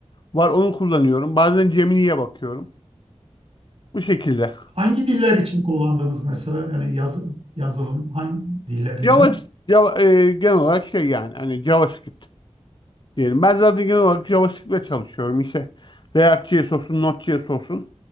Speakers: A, on the left; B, on the right.
A: var onu kullanıyorum. Bazen Gemini'ye bakıyorum. Bu şekilde.
B: hangi diller için kullandınız mesela yani yaz, yazılım hangi dillerinde?
A: Java, Java e, genel olarak şey yani hani JavaScript diyelim. Ben zaten genel olarak JavaScript'le çalışıyorum. İşte React.js olsun, Node.js olsun.